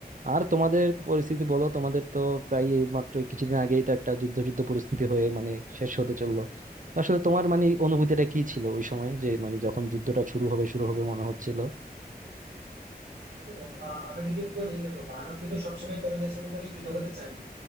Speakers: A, on the right; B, on the right.
A: আর তোমাদের পরিস্থিতি বলো তোমাদের তো প্রায় এই মাত্র কিছুদিন আগেই তো একটা যুদ্ধ যুদ্ধ পরিস্থিতি হয়ে মানে শেষ হতে চললো আসলে তোমার মানে অনুভূতিটা কি ছিল ওই সময় যে মানে যখন যুদ্ধটা শুরু হবে শুরু হবে মনে হচ্ছিল
B: দেখো আহ, আমি যদি বলি দেখো ভারত কিন্তু সবসময় কোনো দেশের উপরই যুদ্ধ করতে চায় না